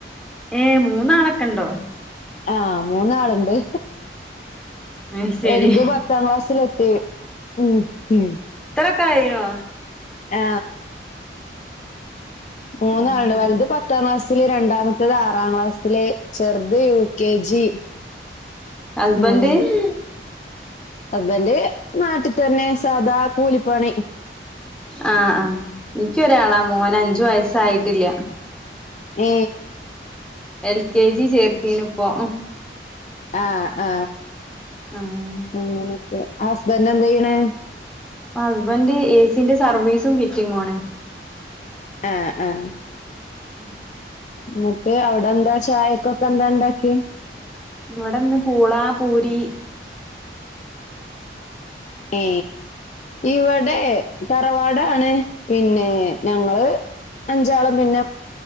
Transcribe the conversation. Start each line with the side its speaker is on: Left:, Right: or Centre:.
Centre: ഏ മൂന്നാളൊക്കെ ഇണ്ടോ
Left: ആ മൂന്നാൾ ഇ
Centre: അയ്ശരി
Left: വല്ത് പത്താം ക്ലാസ്സിൽ എത്തി മ്മ് മ്മ്
Centre: കയ്യോ
Left: ആ മൂന്നാൾ
Centre: അയ്ശരി
Left: ഇണ്ട് വല്ത് പത്താം ക്ലാസ്സില് രണ്ടാമത്തത് ആറാം ക്ലാസ്സില് ചെർ ത് യു ക്കെ ജി
Centre: ഹസ്ബൻഡ്
Left: ഉം അബ്ബന്റെ നാട്ടി തന്നെ സാദാ കൂലിപ്പണി
Centre: ആ ആഎനിക്കൊരാളാ മോൻ അഞ്ചു വയസായിട്ടില്ല
Left: ഹെ
Centre: എൽ കെ ജി ചേർത്തീനി ഇപ്പൊ
Left: ആ ആ
Centre: ആഹ്
Left: അങനെക്കെ ഹസ്ബൻഡ എന്ത ചെയ്യണ്
Centre: ഹസ്ബൻഡറ് ഏ സീന്റെ സർവീസും ഫിറ്റിങ്ങ ആണ്
Left: ആ ആ
Centre: ഉം
Left: ന്നിട്ട് അവിടെ എന്താ ചായക്കൊക്കെ എന്താ ഇണ്ടാക്കി
Centre: ഇവിടെന്ന് പൂള പൂരി
Left: ഹെ ഇവിടെ തറവാടാണ് പിന്നെ ഞങ്ങള് അഞ്ചാളും പിന്നെ